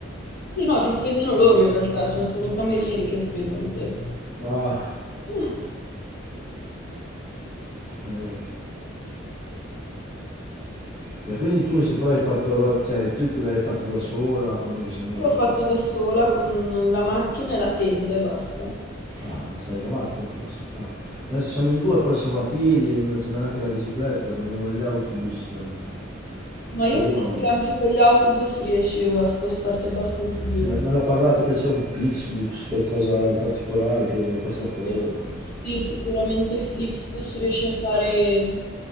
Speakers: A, on the left; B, on the right.
A: Sì, no, ti offendono loro in realtà, cioè sono i camerieri che offendono te.
B: Ah,
A: Io
B: eh. E quindi tu se però hai fatto, ro- cioè il trip l'hai fatto da sola quando sei andata...
A: l'ho fatto da sola con la macchina e la tenda e basta.
B: Ah, sai la macchina però sì. Ah. Adesso siamo in due, però siamo a piedi e non sappiamo neanche la bicicletta, prendiamo gli autobus, eh,
A: Ma io
B: treni.
A: credo che
B: o non
A: anche
B: so.
A: con gli autobus riesci a spostarti abbastanza bene.
B: Sì, ma- mi hanno parlato che c'è un Flixbus, qualcosa di particolare che costa poco.
A: Sì,
B: non so.
A: Sì, sicuramente il Flixbus riesce a fare...